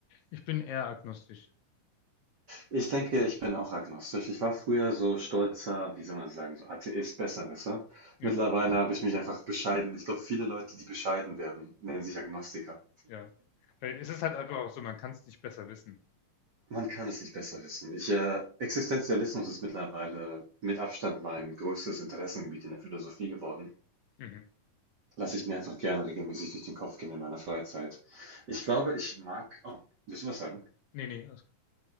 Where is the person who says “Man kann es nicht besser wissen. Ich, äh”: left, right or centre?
Right